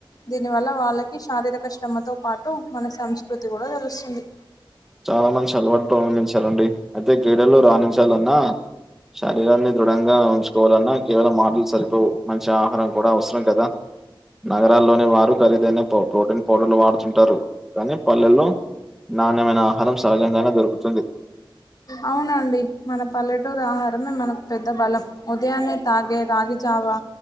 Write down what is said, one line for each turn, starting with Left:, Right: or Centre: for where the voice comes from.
Left: దీనివల్ల వాళ్ళకి శారీరక శ్రమతో పాటు మన సంస్కృతి గుడా తెలుస్తుంది.
Centre: చాలా మంచి అలవాటు ప్రారంభించారండి. అయితే క్రీడలు రాణించాలన్నా శరీరాన్ని దృఢంగా ఉంచుకోవాలన్నా కేవలం ఆటల్ సరిపోవు మంచి ఆహారం కూడా అవసరం కదా. నగరాల్లోని వారు ఖరీదైన ప్రోటీన్ పౌడర్లు వాడుతుంటారు, కానీ పల్లెల్లో నాణ్యమైన ఆహారం సహజంగానే దొరుకుతుంది.
Left: అవునండి మన పల్లెటూరు ఆహారమే మనకు పెద్ద బలం. ఉదయాన్నే తాగే రాగిజావా